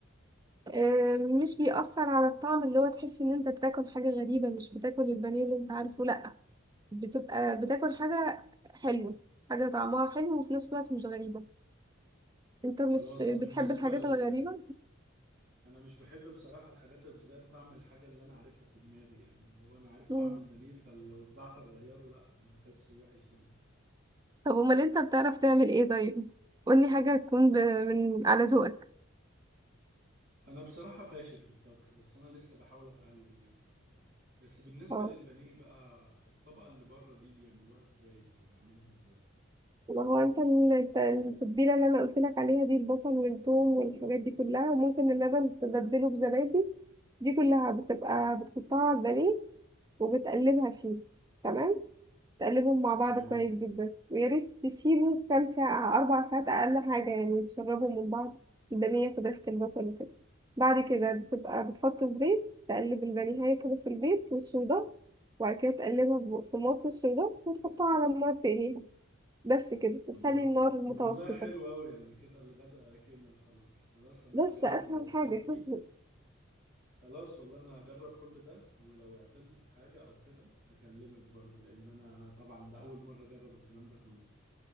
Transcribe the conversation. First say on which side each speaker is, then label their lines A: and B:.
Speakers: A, on the right; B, on the right.
A: آه، مش بيأثر على الطعم اللي هو تحس إن أنت بتاكل حاجة غريبة مش بتاكل البانيه اللي أنت عارفه لأ بتبقى بتاكل حاجة حلوة حاجة طعمها حلو وفي نفس الوقت مش غريبة انت
B: خلاص
A: مش
B: طب بالنسبة
A: بتحب الحاجات
B: لل
A: الغريبة
B: أنا مش بحب بصراحة الحاجات اللي بتغير طعم الحاجة اللي أنا عارفها في دماغي يعني اللي هو أنا عارف طعم
A: مم.
B: البانيه فلو الزعتر غيره لا أنا بحسه وحش يعني
A: طب امال انت بتعرف تعمل ايه طيب قولي حاجة تكون ب... من على ذوقك
B: أنا بصراحة فاشل في الطبخ بس أنا لسه بحاول أتعلم يعني بس بالنسبة
A: اه
B: للبانيه بقى الطبقة اللي بره دي بيعملوها إزاي ولا عملها إزاي
A: ما هو انت ال- الت- التتبيله اللي انا قلت لك عليها دي البصل والثوم والحاجات دي كلها وممكن اللبن تبدله بزبادي دي كلها بتبقى بتحطها على البانيه وبتقلبها فيه تمام تقلبهم مع بعض
B: تمام
A: كويس جدا ويا ريت تسيبه كام ساعة أربع ساعات أقل حاجة يعني تشربهم من بعض البانيه ياخد ريحة البصل وكده بعد كده بتبقى بتحطه في بيض تقلب البانيه كده في البيض والصودا وبعد كده تقلبها ببقسماط والصودا وتحطها على النار تقليها بس كده وتخلي
B: طب وال-
A: النار
B: طب
A: متوسطة
B: والله حلو أوي يعني كده الغدا كمل خلاص خلاص أنا
A: بس
B: هجرب
A: أسهل
B: الوصفات
A: حاجة
B: دي
A: <laughs>
B: خلاص والله انا هجرب كل ده ولو عطلت في حاجة او كده هكلمك برضو لان انا طبعا ده اول مرة اجرب الكلام ده كله